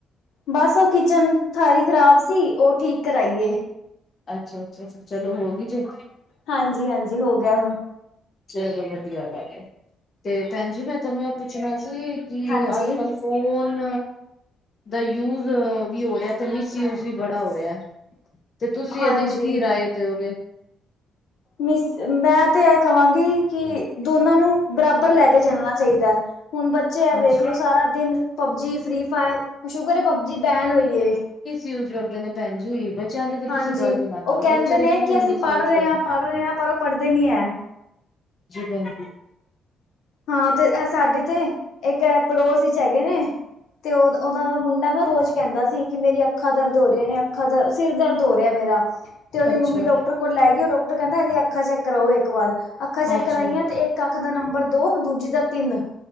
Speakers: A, on the left; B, on the left.
A: ਬਸ ਓ ਕਿਚਨ ਸਾਰੀ ਖ਼ਰਾਬ ਸੀ, ਓ ਠੀਕ ਕਰਾਈ ਏ।
B: ਅੱਛਾ-ਅੱਛਾ ਜੀ ਚਲੋ ਹੋ ਗਈ ਜੇ।
A: ਹਾਂਜੀ-ਹਾਂਜੀ ਹੋ ਗਿਆ ਹੁਣ।
B: ਚਲੋ ਵਧੀਆ ਗੱਲ ਏ ਤੇ ਭੈਣ ਜੀ ਮੈਂ ਤੁਆਨੂੰ ਐ ਪੁੱਛਣਾ ਸੀ ਕਿ
A: ਹਾਂਜੀ
B: ਅੱਜ-ਕੱਲ ਫੋਨ ਦਾ ਯੂਜ ਵੀ ਹੋ ਰਯਾ ਤੇ ਮਿਸਯੂਜ ਵੀ ਬੜਾ ਹੋ ਰਯਾ। ਤੇ ਤੁਸੀਂ
A: ਹਾਂਜੀ
B: ਏਦੇ 'ਚ ਕੀ ਰਾਏ ਦਿਉ ਗੇ।
A: ਮਿਸ ਮੈਂ ਤੇ ਐ ਕਵਾਂਗੀ ਕਿ ਦੋਨਾਂ ਨੂੰ ਬਰਾਬਰ ਲੈ ਕੇ ਚੱਲਨਾ ਚਾਈਦੈ। ਹੁਨ ਬੱਚੇ ਐ
B: ਅੱਛਾ।
A: ਵੇਖ ਲੋ ਸਾਰਾ ਦਿਨ ਪਬਜੀ, ਫਰੀ ਫਾਇਰ ਹੁਨ ਸ਼ੁਕਰ ਏ ਪਬਜੀ ਬੈਨ ਹੋਈ ਏ।
B: ਯੂਜ ਕਰਦੇ ਨੇ ਭੈਨ ਜੀ ਬੱ ਬੱਚੇਆਂ ਦੀ ਤਾਂ
A: ਹਾਂਜੀ,
B: ਤੁਸੀਂ ਗੱਲ ਈ ਨਾ ਕਰੋ
A: ਉਹ ਕਹਿੰਦੇ
B: ਬੱਚੇ ਦੇ
A: ਨੇ
B: ਬਿਲਕੁਲ
A: ਕਿ ਅਸੀਂ
B: ਮਿਸਯੂਜ
A: ਪੜ੍ਹ ਰਹੇ
B: ਕਰਦੇ
A: ਹਾਂ, ਪੜ੍ਹ ਰਹੇ ਹਾਂ ਪਰ ਉਹ ਪੜ੍ਹਦੇ ਨੀ ਹੈ।
B: ਜੀ ਭੈਨ ਜੀ।
A: ਹਾਂ ਤੇ ਐ ਸਾਡੇ ਤੇ ਇੱਕ ਐ ਪੜੋਸ 'ਚ ਹੈਗੇ ਨੇ। ਤੇ ਓ ਓਦਾ ਮੁੰਡਾ ਨਾ ਰੋਜ਼ ਕੈਂਦਾ ਸੀ ਕਿ ਮੇਰੀ ਅੱਖਾਂ ਦਰਦ ਹੋ ਰਿਆਂ ਨੇ ਅੱ ਅੱਖਾਂ ਦਰਦ, ਸਿਰ ਦਰਦ ਹੋ ਰਯਾ ਮੇਰਾ ਤੇ ਓਦੀ
B: ਅੱਛਾ
A: ਮੰਮੀ ਡਾਕਟਰ ਓ ਲੈ ਗੀ ਓ ਡਾਕਟਰ ਕੈਂਦਾ ਐਦੀ ਅੱਖਾਂ ਚੈੱਕ ਕਰਾਓ ਇੱਕ ਵਾਰ, ਅੱਖਾਂ ਚੈੱਕ
B: ਅੱਛਾ
A: ਕਰਵਾਈਆਂ ਤੇ ਇੱਕ ਅੱਖ ਦਾ ਨੰਬਰ ਦੋ ਦੂਜੀ ਦਾ ਤਿੰਨ।